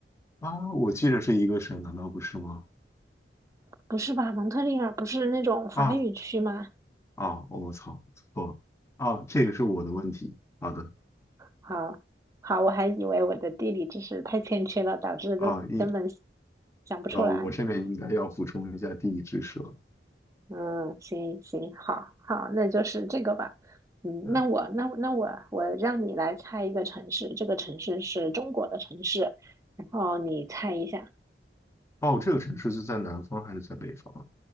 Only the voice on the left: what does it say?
啊，我记着是一个省，难道不是吗？
啊啊，哦我操，错了啊，这个是我的问题。好的
啊，应，
然后我这边应该要补充一下地理知识了。
嗯，
哦，这个城市是在南方还是在北方啊